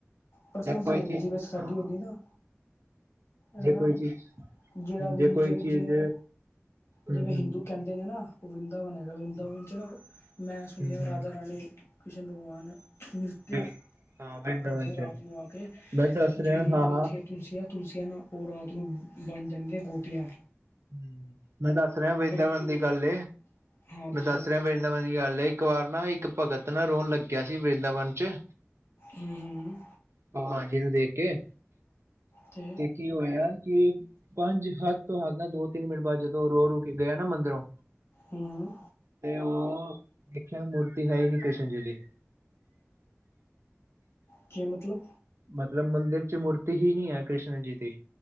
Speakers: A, on the left; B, on the right.
A: ਪਰਸਨਲ
B: ਜੇ
A: 'ਚ
B: ਕੋਈ
A: ਹੈਗੀ
B: ਚੀਜ਼
A: ਜਿਵੇਂ ਸਾਡੀ
B: ਹਾਂ
A: ਉਹਦੀ ਨਾ ਇਹਦਾ
B: ਜੇ ਕੋਈ ਚੀਜ਼
A: ਜਿਹੜਾ ਵੀ
B: ਜੇ ਕੋਈ
A: ਜਿਵੇਂ -ਜਿਵੇਂ
B: ਚੀਜ਼ ਹਮ
A: ਜਿਵੇਂ ਹਿੰਦੂ
B: ਹਮ
A: ਕਹਿੰਦੇ ਨੇ ਨਾ ਉਹ ਵਰਿੰਦਾਵਨ ਹੈਗਾ। ਹ ਚਲੋ ਮੈਂ ਸੁਣਿਆ
B: ਹਮ ਹਮ
A: ਰਾਧਾ ਰਾਣੀ ਕ੍ਰਸ਼ਨ ਭਗਵਾਨ ਨਿਤਿ
B: ਹਮ ਹਾਂ ਵਰਿੰਦਾਵਨ
A: ਕਰਦੇ ਰਾਤ
B: ਚ
A: ਨੂੰ ਆ ਕੇ
B: ਮੈਂ ਦੱਸ
A: ਜਿਹੜੀ
B: ਰਿਹਾ ਹਾਂ ਹਾਂ
A: ਉੱਥੇ ਤੁਲਸੀਆਂ -ਤੁਲਸੀਆਂ ਨਾਲ ਉਹ ਰਾਤ ਨੂੰ ਬਣ ਜਾਂਦੇ ਗੋਪੀਆ
B: ਹ ਮੈਂ ਦੱਸ ਰਿਹਾ ਵਰਿੰਦਾਵਨ
A: ਪੌਦੇ
B: ਦੀ ਗੱਲ
A: ਹਾਂ ਦੱਸੋ
B: ਮੈਂ ਦੱਸ ਰਿਹਾ। ਵ੍ਰਦਾਵਨ ਦੀ ਗੱਲ ਹੈ ਇੱਕ ਵਾਰ ਨਾ ਇੱਕ ਭਗਤ ਨਾਲ ਰੋਣ ਲੱਗਿਆ ਸੀ ਵਰਦਾਵਨ 'ਚ
A: ਹੂੰ- ਹੂੰ
B: <unintelligible> ਨੂੰ ਦੇਖ ਕੇ
A: ਤੇ
B: ਕੀ ਹੋਇਆ ਕਿ ਪੰਜ ਹੱਦ ਤੋਂ ਹੱਦ ਨਾ ਦੋ ਤਿੰਨ ਮਿੰਟ ਬਾਅਦ ਜਦੋਂ ਰੋ- ਰੋ ਕੇ ਗਿਆ ਨਾ ਮੰਦਰੋਂ
A: ਹੂੰ
B: ਤੇ ਉਹ ਲਖਿਆ ਮੂਰਤੀ ਹੈ ਨੀ ਕ੍ਰਸ਼ਨ ਜੀ ਦੀ।
A: ਕਿ ਮਤਲਬ
B: ਮਤਲਬ ਮੰਦਿਰ 'ਚ ਮੂਰਤੀ ਹੀ ਨੀ ਹੈ ਕ੍ਰਿਸ਼ਨ ਜੀ ਦੀ